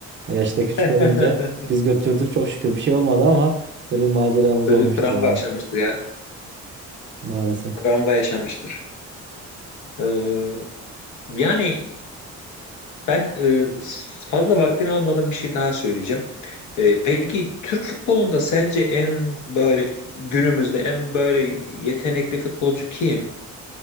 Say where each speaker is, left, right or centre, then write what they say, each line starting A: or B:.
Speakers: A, on the right (about 40°); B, on the left (about 75°).
A: Ya yaşta küçük
B: <laughs>
A: olunca biz götürdük çok şükür bir şey olmadı ama böyle maceramız
B: Çocuk
A: olmuştu
B: travma
A: ya
B: yaşamıştır ya.
A: maalesef.
B: Travma yaşamıştır. Ee, yani Ben e, fazla vaktini almadan bir şey daha söyleyeceğim. E, peki Türk futbolunda sence en böyle günümüzde en böyle yetenekli futbolcu kim?